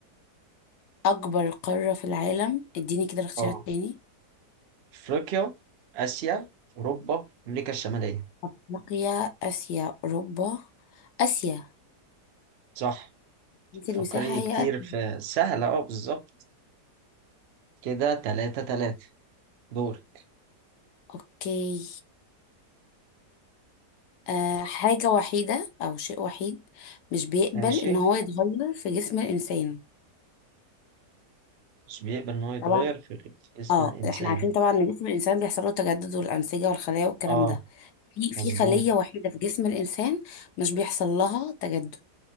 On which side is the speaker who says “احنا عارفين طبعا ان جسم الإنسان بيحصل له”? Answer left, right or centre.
Left